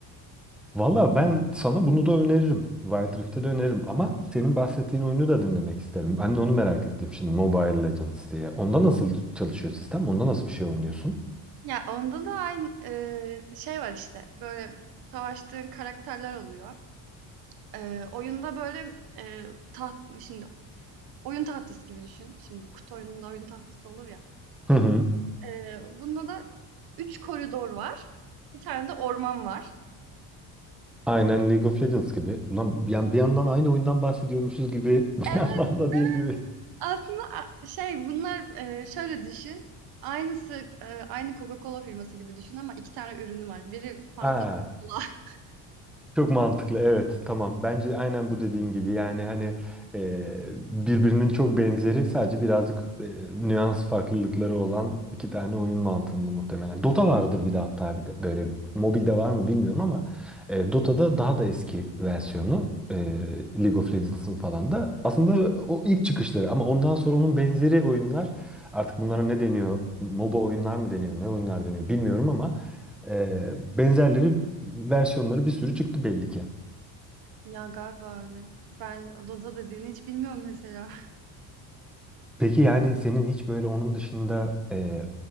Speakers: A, in the centre; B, on the right (about 60°).
A: Valla ben sana bunu da öneririm. Wild Rift'e de öneririm ama senin bahsettiğin oyunu da dinlemek isterim. Ben de onu merak ettim şimdi Mobile Legends diye. Onda nasıl çalışıyor sistem? Onda nasıl bir şey oynuyorsun?
B: Ya onda da aynı, eee, şey var işte, böyle savaştığın karakterler oluyor. Eee, oyunda böyle, eee, taht şimdi oyun tahtası gibi düşün. Şimdi kutu oyununda oyun tahtası olur ya.
A: Hı hı.
B: Eee, bunda da 3 koridor var. Bir tane de orman var.
A: Aynen League of Legends gibi. Ulan yani bir yandan aynı oyundan bahsediyormuşuz gibi <laughs> bir
B: Evet,
A: yandan da değil
B: evet.
A: gibi.
B: Aslında a şey bunlar, eee, şöyle düşün, aynısı, eee, aynı Coca-Cola firması gibi düşün ama 2 tane ürünü var. Biri Fanta,
A: Aa.
B: biri Cola. <laughs>
A: Çok mantıklı evet tamam bence aynen bu dediğin gibi yani hani e, birbirinin çok benzeri sadece birazcık e, nüans farklılıkları olan iki tane oyun mantığında muhtemelen. Dota vardır bir de hatta bir de böyle mobilde var mı bilmiyorum ama e, Dota'da daha da eski versiyonu e, League of Legends'ın falan da aslında o ilk çıkışları ama ondan sonra onun benzeri oyunlar artık bunlara ne deniyor MOBA oyunlar mı deniyor ne oyunlar deniyor bilmiyorum ama ee, benzerleri versiyonları bir sürü çıktı belli ki.
B: Ya, galiba öyle. Ben Dota dediğini hiç bilmiyorum mesela.
A: Peki yani senin hiç böyle onun dışında e,